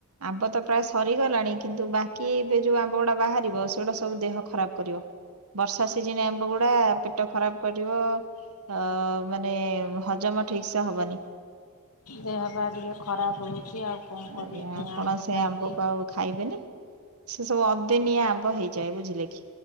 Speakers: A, on the right; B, on the left.
A: ଆମ୍ବ ତ ପ୍ରାୟ ସରିଗଲାଣି କିନ୍ତୁ ବାକି ଏବେ ଯୋଉ ଆମ୍ବ ଗୁଡା ବାହାରିବ ସେଗୁଡା ସବୁ ଦେହ ଖରାପ କରିବ ବର୍ଷା ସିଜିନ୍‌ ଆମ୍ୱ ଗୋ ପୁରା ପେଟ ଖରାପ କରିବ ଅ ମାନେ ହଜମ ଠିକ୍ ସେ ହବନି।
B: ଦେହ ପା ଟିକେ ଖରାପ ହଉଚି ଆଉ କଣ କରିବି
A: ଆଜ୍ଞା
B: ସେ
A: ଆପଣ
B: ଆମ୍ୱ
A: ସେ
B: ଖାଇକି
A: ଆମ୍ବକୁ ଆଉ ଖାଇବେନି ସେ ସବୁ ଅଦିନିଆ ଆମ୍ବ ହେଇଯାଏ ବୁଝିଲେ କି।